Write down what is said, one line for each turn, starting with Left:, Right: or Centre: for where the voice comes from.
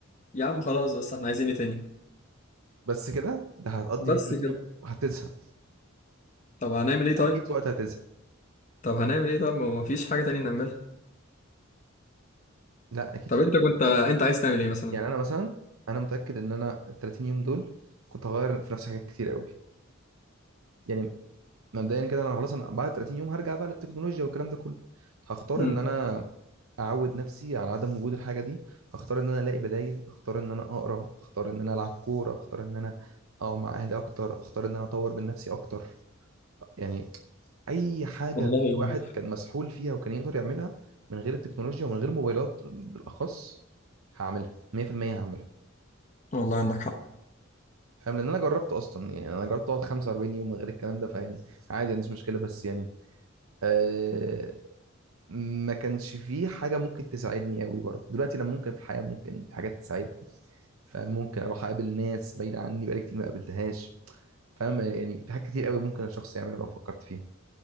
Left: يا عم خلاص بس احنا عايزين ايه تاني
Right: بس كده ده هتقضي
Left: بس
Right: بيه 30
Left: كده
Right: يوم هتزهق
Left: طب هنعمل ايه طيب
Right: اكيد في وقت هتزهق
Left: طب هنعمل ايه طيب ما هو مفيش حاجة تانية نعملها
Right: لا اكيد
Left: طب
Right: في-
Left: انت كنت انت عايز تعمل ايه مثلا
Right: يعني انا مثلا انا متاكد ان انا ال 30 يوم دول كنت هغير في نفسي حاجات كتير قوي يعني مبدئيا كده انا خلاص انا بعد 30 يوم هرجع بقى للتكنولوجيا والكلام ده كله هختار
Left: امم
Right: ان انا اعود نفسي على عدم وجود الحاجه دي هختار ان انا الاقي بدايل هختار ان انا اقرا هختار ان انا العب كوره هختار ان انا اقعد مع اهلي اكتر هختار ان انا اطور من نفسي اكتر يعني اي حاجه
Left: والله
Right: الواحد كان مسحول فيها وكان يقدر يعملها من غير التكنولوجيا ومن غير موبايلات بالاخص هعملها 100% هعملها
Left: والله عندك حق
Right: فاهم لان انا جربت اصلا يعني انا جربت اقعد 45 يوم من غير الكلام ده فيعني عادي ما عنديش مشكله بس يعني آه ما كانش فيه حاجه ممكن تساعدني قوي برضه دلوقتي انا ممكن في الحياه ممكن في حاجات تساعدني فممكن اروح اقابل ناس بعيده عني بقالي كتير ما قابلتهاش فاهم يعني في حاجات كتير قوي ممكن الشخص يعملها لو فكرت فيها